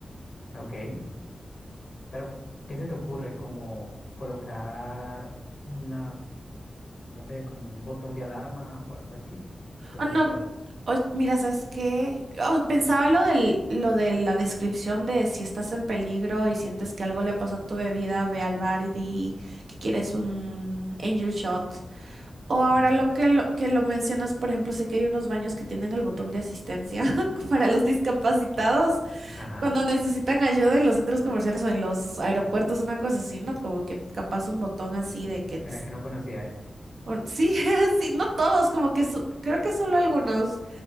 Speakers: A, on the left (about 75°); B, on the right (about 75°).
A: Ok, pero ¿qué se te ocurre? Como colocar una... no sé, como un botón de alarma o algo así. ¿Qué
B: Oh,
A: se
B: no,
A: te ocurre?
B: oh, mira, ¿sabes qué? Oh, pensaba lo del, lo de la descripción de si estás en peligro y sientes que algo le pasó a tu bebida, ve al bar y di que quieres un angel shot. O ahora
A: Ujú,
B: lo que lo, que lo mencionas, por ejemplo, sé que hay unos baños que tienen el botón de asistencia <laughs> para los discapacitados
A: Ajá,
B: cuando necesitan ayuda en los centros comerciales o en los aeropuertos, una cosa así, ¿no? Como que capaz un botón así de
A: <laughs>
B: que... tss,
A: mira que no conocía eso.
B: un- Sí, <laughs> sí, no todos, como que su- creo que solo algunos.